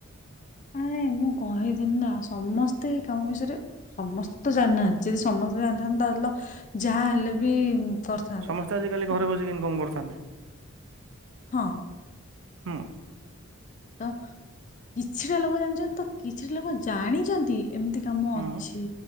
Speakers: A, on the left; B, on the right.
A: ଆ ମୁଁ କହିଦିନି ନା ସମସ୍ତେ ଏଇ କାମ ବିଷୟରେ ସମସ୍ତେ ତ ଜାଣିନାହାନ୍ତି ଯଦି ସମସ୍ତେ ଜାଣିଥାନ୍ତିେ ତାହେଲେ ତ ଯାହାହଲେ ବି କରିଥାନ୍ତେ
B: ସମସ୍ତେ ଆଜିକାଲି
A: ତ
B: ଘରେ ବସିକି ଇନକମ କରୁଛନ୍ତି। ଆମେ
A: ହଁ
B: ହୁଁ
A: ତ କିଛିଟା ଲୋକ ଜାଣିଛନ୍ତି ତ କିଛିଟା ଲୋକ ଜାଣିଛନ୍ତି ଏମତି। କାମ
B: ହୁଁ
A: ଅଛି